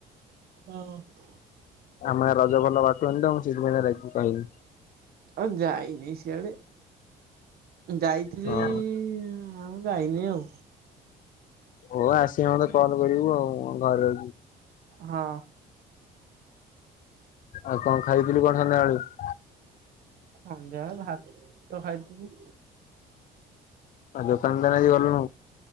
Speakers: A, on the right; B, on the left.
A: ଓ ହୋ।
B: ଆମ‌ ଗାଆଁ ରଜ ଭଲ ବାଟୁଣି ତ ମୁଁ ସେଇଥିପାଇଁକା ରହିଲି କହିଲି।
A: ଆଉ ଯାଇନି ସିଆଡେ ଯାଇଥିଲି
B: ହଁ।
A: ଆଉ ଯାଇନି ଆଉ।
B: ହଉ ଆସିଲେ ମତେ କଲ୍ କରିବୁ ଆଉ ମୁଁ ଘରେ ଆଛି।
A: ହଁ।
B: ଆଉ କଣ ଖାଇଥିଲୁ କଣ ସନ୍ଧ୍ୟାବେଳେ?
A: ସନ୍ଧ୍ୟା ବେଳେ ଭାତ ଖାଇଥିଲି।
B: ଆଉ ଯୋତାନ୍ତର ଆଜି ଗଲୁନୁ?